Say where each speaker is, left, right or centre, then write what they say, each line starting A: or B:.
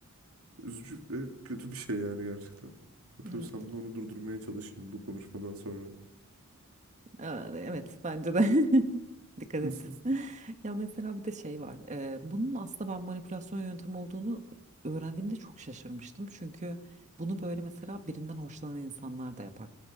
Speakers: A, on the right (about 80°); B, on the right (about 35°).
A: üzücü ve kötü bir şey yani gerçekten. Yapıyorsam
B: hı. evet.
A: da onu durdurmaya çalışayım bu konuşmadan sonra.
B: Aa, Evet bence de <laughs> dikkat
A: <laughs>
B: et. <laughs> Ya mesela bir de şey var. e, bunun aslında ben manipülasyon yöntemi olduğunu öğrendiğimde çok şaşırmıştım. Çünkü bunu böyle mesela birinden hoşlanan insanlar da yapar.